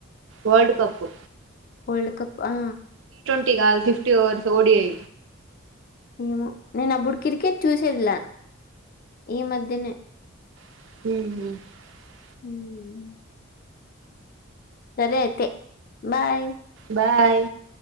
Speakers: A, on the right; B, on the left.
A: ఓర్ల్డ్ కప్పు
B: వల్డ్ కప్ ఆ
A: టి కాద్ ఫిఫ్టీ ఓవర్స్ ఓడిఐ
B: ఏమ నేను అడు కిరకెట్ చూసేదిలా ఈ మధ్యనే
A: మ్
B: మ్ సరే అయితే బాయ్
A: బాయ్